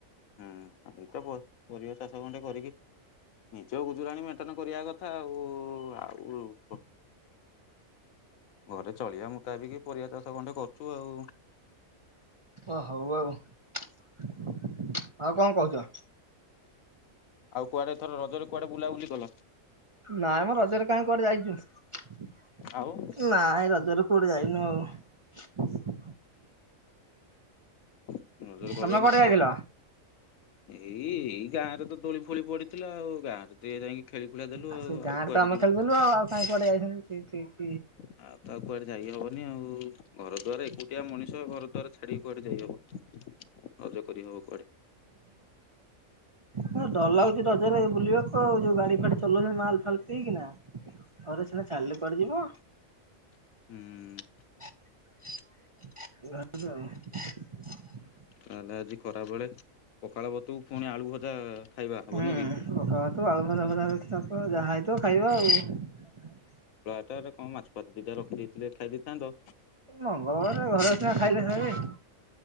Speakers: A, on the left; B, on the right.
A: ହୁଁ ଏଇତ ବ ପରିବା। ଚାଷ ଗଣ୍ଡେ କରିକି ନିଜ ଗୁଜୁରାଣୀ ମେଣ୍ଟେନ କରିବା କଥା ଆଉ ଆଉ। ଘରେ ଚଳିବା ମୁତାବିକ ପରିବା ଚାଷ ଗଣ୍ଡେ କରୁଛୁ ଆଉ।
B: ଓ ହଉ ଆଉ ଆଉ କଣ କହୁଛ।
A: ଆଉ କୁଆଡେ ଏଥର ରଜରେ କୁଆଡେ ବୁଲାବୁଲି କଲ।
B: ନାଇଁ ମ ରଜରେ କାହିଁ କୁଆଡ଼େ ଯାଇଛୁ
A: ଆଉ
B: ନାଇଁ ରଜରେ କୋଉଠି ଯାଇନୁ ଆଉ।
A: ରଜ ରେ
B: ତମେ
A: ଗଲନି।
B: କୁଆଡେ ଯାଇଥିଲ?
A: ଏଇ ଏଇ ଗାଁରେ ତ ଦୋଳି ଫୋଳି ପଡିଥିଲା ଆଉ ଗାଁରେ ତ ଯାଇକି। ଖେଳି ଖୁଳା ଦେଲୁ
B: ଆ
A: ଆଉ
B: ସେ
A: ଆଉ
B: ଗାଁରେ
A: କୁଆଡେ
B: ତ ଆମେ ଖେଳୁଥିଲଲୁ ଆଉ କାଇଁ କୁଆଡେ ଯାଇଥାନ୍ତି। କି କି।
A: ହଁ ତ ଆଉ କୁଆରେ ଯାଇ ହ ଆଉ ଘର ଦ୍ୱାର ଏକୁଟିଆ ମଣିଷ ଘର ଦ୍ୱାର ଛାଡିକି କୁଆଡେ ଯାଇହବ ରଜ କରିହବ କୁଆଡେ।
B: ହଁ ଡର ଲାଗୁଛି ରଜରେ ବୁଲିବାକୁ ଆଉ ଯୋଉ ଗାଡି ଫାଡି ଚଲଉଛନ୍ତି ମାଲ ଫାଲ ପିଇକିନା ଘରେ ସିନା ଛାଡ଼ିଲେ ପଡିଯିବ।
A: ହୁଁ।
B: ଏଇ ଭାଷା ଆଉ।
A: ତାହେଲେ ଆଜି ଖରା ବେଳେ। ପଖାଳ ଭାତକୁ ପୁଣି ଆଳୁ ଭଜା। ଖାଇବା ହବନୁ
B: ହୁଁ ପଖାଳ
A: କି
B: ଭାତ କୁ ଆଳୁ ଭଜା ଭଜା ଦେଖିରଖ ଯାହା ହେଇଥିବ ଖାଇବା ଆଉ।
A: ସେଟାରେ କଣ ମାଛ ଫାଛ ଦିଇଟା ରଖିଦେଇଥିଲେ ଖାଇ ଦେଇଥାନ୍ତ।
B: ମଙ୍ଗଳବାର ଘର ସିନା ଖାଇଲେ ଖାଇବେ।